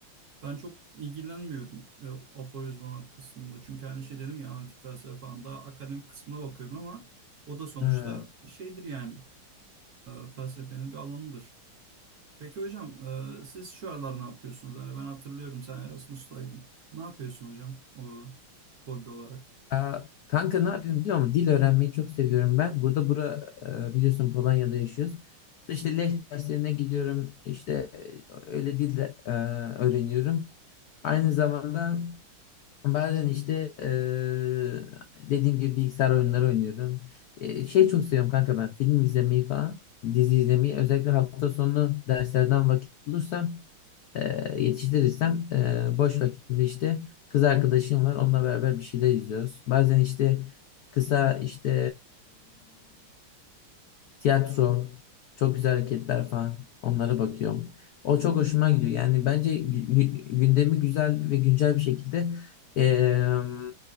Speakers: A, on the right (about 50°); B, on the left (about 85°).
A: Ben çok ilgilenmiyorum e, aforizmalar kısmında. Çünkü hani şey dedim ya antik felsefe falan daha akademik kısmına bakıyorum ama o da sonuçta
B: Ha.
A: şeydir yani e, felsefenin bir alanıdır. Peki hocam e, siz şu aralar ne yapıyorsunuz? Hani ben hatırlıyorum sen Erasmus'taydın. Ne yapıyorsun hocam orada hobi olarak?
B: Aa, kanka ne yapıyorum biliyor musun? Dil öğrenmeyi çok seviyorum ben. Burada bura e, biliyorsun Polonya'da yaşıyoruz. İşte Leh derslerine gidiyorum. İşte e, öyle dil de, e, öğreniyorum. Aynı zamanda Bazen işte eee, dediğim gibi bilgisayar oyunları oynuyorum. Eee, şey çok seviyorum kanka ben film izlemeyi falan, dizi izlemeyi. Özellikle hafta sonu derslerden vakit bulursam, eee yetiştirirsem eee, boş vakitimde işte kız arkadaşım var. Onunla beraber bir şeyler izliyoruz. Bazen işte kısa işte Tiyatro, çok güzel hareketler falan. Onlara bakıyorum. O çok hoşuma gidiyor. Yani bence gü- gü- gündemi güzel ve güncel bir şekilde em,